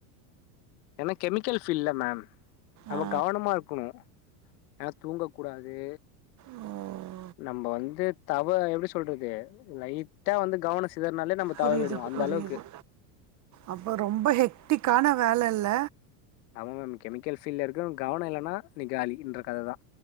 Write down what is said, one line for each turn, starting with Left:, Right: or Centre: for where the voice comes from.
Left: ஏனா கெமிக்கல் ஃபீல்டுல மேம் நம்ம
Right: ஆ
Left: கவனமா இரு க் கு ஏனா தூங்க கூடாது
Right: அ
Left: நம்ப வந்து தவ எப்டி சொல்றது லைட்டா வந்து கவனோ சிதர்னாலே நம்ம
Right: புரியுது
Left: தவறவிடுவோ அந்தளவுக்கு
Right: புரியுது அப்போ ரொம்ப ஹெக்டிக்கான வேல இல்ல
Left: ஆமா மேம் கெமிக்கல் ஃபீல்ல இருக்றவ கவனோ இல்லனா நீ காலின்ற கததா